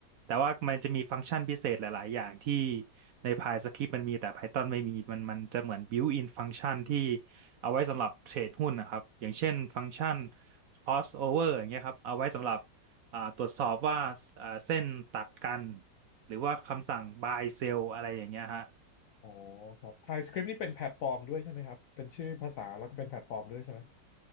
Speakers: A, on the right; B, on the left.
A: แต่ว่ามันจะมีฟังก์ชันพิเศษหลายๆอย่างที่ใน PyScript มันมีแต่ Python ไม่มีมันมันจะเหมือน built-in ฟังก์ชันที่เอาไว้สำหรับเทรดหุ้นนะครับอย่างเช่นฟังก์ชัน crossover อย่างเงี้ยครับเอาไว้สำหรับอ่าตรวจสอบว่าอ่าเส้นตัดกันหรือว่าคำสั่ง buy sell อะไรอย่างเงี้ยฮะ
B: อ๋อครับ PyScript นี่เป็นแพลตฟอร์มด้วยใช่ไหมครับเป็นชื่อภาษาแล้วก็เป็นแพลตฟอร์มด้วยใช่ไหม